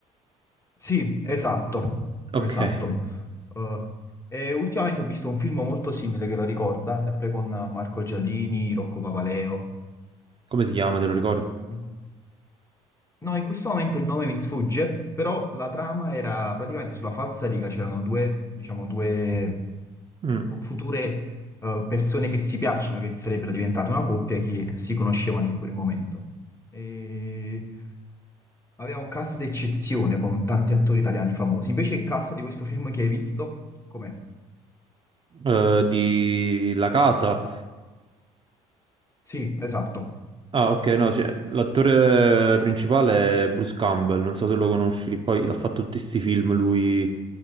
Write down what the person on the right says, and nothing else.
Ok,
come si chiama, te lo ricordi?
Mm.
eh, di La Casa,
Ah, ok, no, cioè, l'attore principale è Bruce Campbell, non so se lo conosci, che poi ha fatto tutti questi film lui